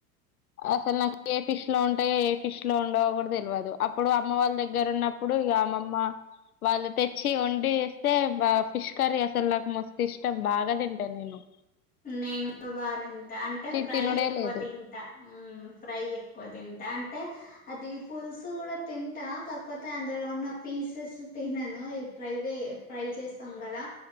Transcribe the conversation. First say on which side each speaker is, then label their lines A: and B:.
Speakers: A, on the left (about 70°); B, on the left (about 20°).
A: అసలు నాకు ఏ ఫిష్లో ఉంటాయో ఏ ఫిష్లో ఉండవో కూడా తెలియదు అప్పుడు అమ్మ వాళ్ళ దగ్గర ఉన్నప్పుడు అప్పుడు అమ్మమ్మ వాళ్ళు తెచ్చి వండి వేస్తే ఫిష్ కర్రీ అసలు నాకు మస్తు ఇష్టం బాగతింట నేను అ
B: నేను కూడా బాగా తింట అంటే ఫ్రై
A: తినుడే
B: ఎక్కువ
A: లేదు
B: తింటా ఫ్రై ఎక్కువ తింటా అంటే అది పుల్సు కూడా తింటా కాకపోతే అందులో ఉన్న పీసెస్ తినను ఈ ఫ్రై వే ఫ్రై చేస్తాం కదా